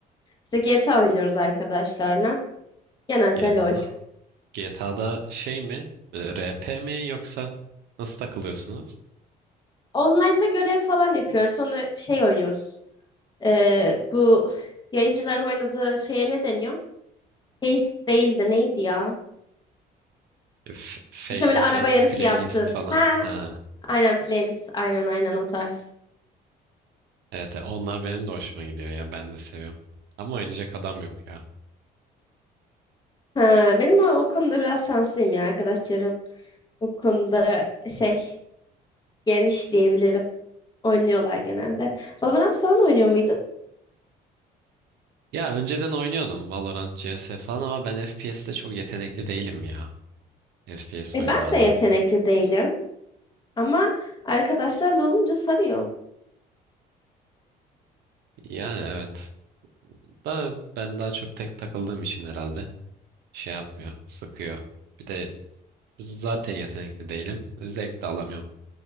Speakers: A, on the left (about 25°); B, on the right (about 75°).
A: İşte GTA oynuyoruz arkadaşlarla. Genelde
B: GTA,
A: LOL.
B: GTA'da şey mi? Ee, RP mi yoksa nasıl takılıyorsunuz?
A: Online'da görev falan yapıyoruz. Sonra şey oynuyoruz. Ee, bu yayıncıların oynadığı şeye ne deniyor? Heist değildi neydi ya?
B: Ee, f- Face
A: İşte böyle
B: to
A: araba
B: face
A: yarışı
B: playlist
A: yaptın.
B: falan.
A: Ha,
B: Ha.
A: aynen playlist. Aynen aynen o tarz.
B: Evet e, onlar benim de hoşuma gidiyor ya ben de seviyorum. Ama oynayacak adam yok ya.
A: Ha, benim o, o konuda biraz şanslıyım ya arkadaş çevrem. O konuda şey geniş diyebilirim. Oynuyorlar genelde. Valorant falan oynuyor muydun?
B: Ya önceden oynuyordum Valorant, CS falan ama ben FPS'te çok yetenekli değilim ya. FPS
A: E
B: oyunlarda.
A: ben de yetenekli değilim. Ama arkadaşlarla olunca sarıyor.
B: Yani evet. Da ben daha çok tek takıldığım için herhalde şey yapmıyor, sıkıyor. Bir de zaten yetenekli değilim. Zevk de alamıyorum.